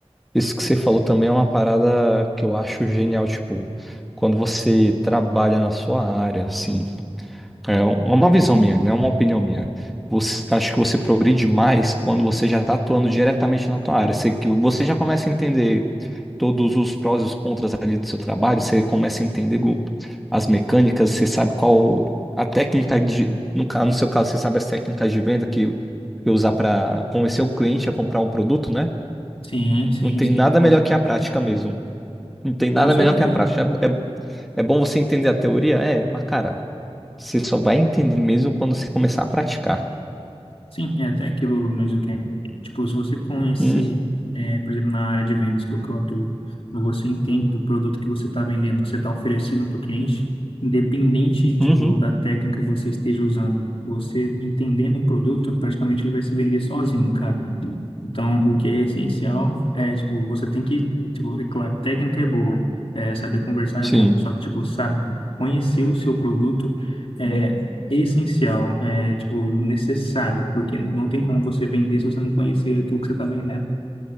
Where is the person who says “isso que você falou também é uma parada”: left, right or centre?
Centre